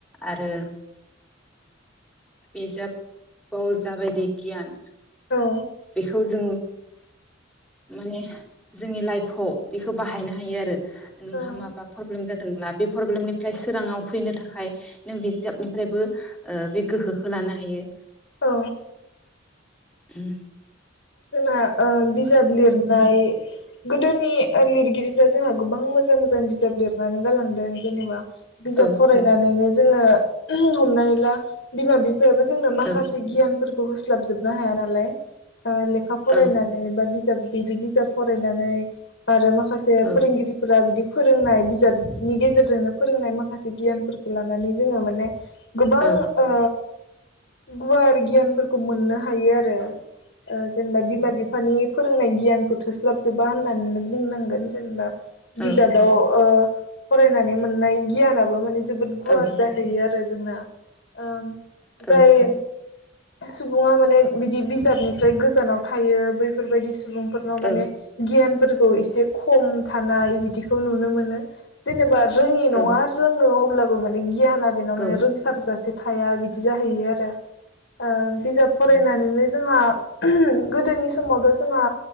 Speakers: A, in the centre; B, on the left.
A: आरो बिजाबाव जाबायदि गियान
B: औ
A: बेखौ जों माने जोंनि लाइफआव बेखौ बाहायनो हायो आरो नोंहा
B: औ
A: माबा प्रब्लेम जादोंब्ला बे प्रब्लेमनिफ्राय सोराङाव फैनो थाखाय नों बिजाबनिफ्रायबो बे गोहोखौ लानो हायो
B: औ
A: उम
B: जोंना ओ बिजाब लिरनाय गोदोनि लिरगिरिफ्रा जोंहा गोबां मोजां मोजां बिजाब लिर नानै गालांदों जेनेबा बिजाब
A: औ
B: फरायनानैनो जोङो हमनानै ला बिमा बिफायाबो जोंनो माखासे
A: औ
B: गियानफोरखौ होस्लाबजोबनो हाया नालाय। ओ लेखा फरायनानै
A: औ
B: बा बिजाब बिदि बिजाब फरायनानै आरो माख माखासे
A: औ
B: फोरोंगिरिफोरा बिदि फोरोंनाय बिजाबनि गेजेरजोंनो फोरोंनाय माखासे गियानफोरखौ लानानै जोङो माने गोबां
A: औ
B: ओ गुवार गियानफोरखौ मोननो हायो आरो ओ जेनेबा बिमा बिफानि फोरोंनाय गियानखौ थोस्लाबजोबा होननानैनो बुंनांगोन जेनेबा
A: औ
B: बिजाबाव ओ फरायनानै मोननाय गियानाबो माने जोबोद गुवार
A: औ
B: जाहैयो आर फ्राय जोंना ओम
A: औ
B: जायो। सुबुङा माने बिदि बिजाबनि फ्राय गोजानाव थायो बैफोरबायदि सु सुबुंफोरनाव
A: औ
B: माने गियानफोरखौ इसे खम थानाय बिदिखौ नुनो मोनो जेनेबा रोङि
A: औ
B: नङा रोङो अब्लाबो माने गियाना बेनाव माने
A: औ औ
B: रोंसारजासे थाया बिदि जाहैयो आरो ओ बिजाब फरायनानैनो जोंहा गोदोनि समावथ' जोंहा